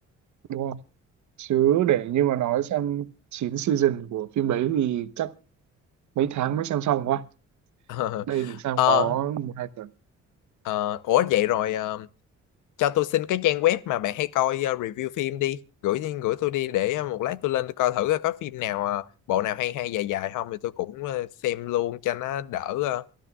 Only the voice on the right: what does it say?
đúng không chứ để như mà nói xem 9 season của phim đấy thì chắc mấy tháng mới xem xong quá
đây mình xem
có một hai tuần